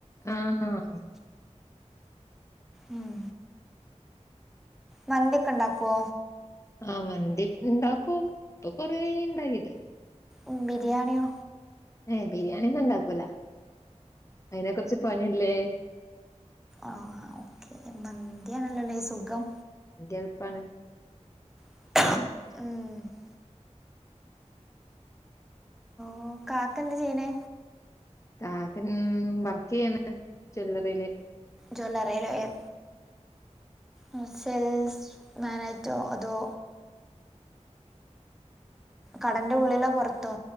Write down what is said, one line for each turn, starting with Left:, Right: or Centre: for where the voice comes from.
Left: ആഹ് ആഹ്
Centre: ഉമ് മന്തിയൊക്കെ ഇണ്ടാക്കോ?
Left: ആഹ് മന്തി ഇണ്ടാക്കും ഇപ്പൊ കൊറേയായി ഇണ്ടാക്കീട്ട്.
Centre: ഉമ് ബിരിയാണിയോ?
Left: ഏഹ് ബിരിയാണിയൊന്നും ഇണ്ടാക്കൂല അയ്നൊക്കെ കൊർച്ച്പണിയല്ലേ?
Centre: ആഹ് ഓക്കെ മന്തിയാണല്ലോല്ലേ സുഖം
Left: മന്തി എൾപ്പാണ്.
Centre: ഉമ് ഉമ് കാക്കന്താചെയ്യ്ണ്?
Left: കാക്ക ഇൻ വർക്കെയ്യാണ്. ജ്വല്ലറിയിൽ
Centre: ജ്വല്ലറി ഏഹ് അഹ് സെൽസ് മേനായിറ്റോ അതോ കടന്റെ ഉള്ളിലോ പൊർത്തോ?